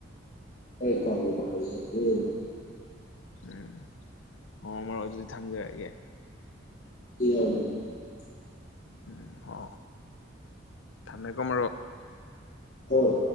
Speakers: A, on the left; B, on the left.
A: <unintelligible>
B: ꯎꯝ ꯍꯣ ꯃꯔꯨꯞ ꯑꯗꯨꯗꯤ ꯊꯝꯖꯔꯒꯦ꯫
A: <unintelligible>
B: ꯎꯝ ꯍ ꯊꯝꯃꯦ ꯀꯣ ꯃꯔꯨꯞ꯫
A: ꯍꯣꯏ꯫